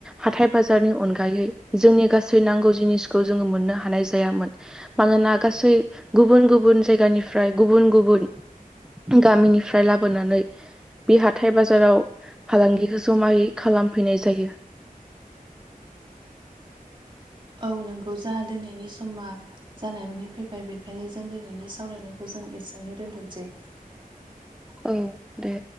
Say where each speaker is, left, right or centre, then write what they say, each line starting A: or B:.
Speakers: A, in the centre; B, on the right.
A: हाथाय बाजारनि अनगायै जोंनि गासै नांगौ जिनिसखौ जोङो मोननो हानाय जायामोन मानोना गासै गुबुन गुबुन जायगानिफ्राय गुबुन गुबुन गामिनि फ्राय लाबोनानै बे हाथाय बाजाराव फालांगिखौ जमायै खालामफैनाय जायो
B: औ नोंगौ जा दोनैनायनि समा जानायै फैबाय बेखायनो जों दिनैनि सावरायनायखौ जों एसेयावनो दोनथ'सै
A: औ दे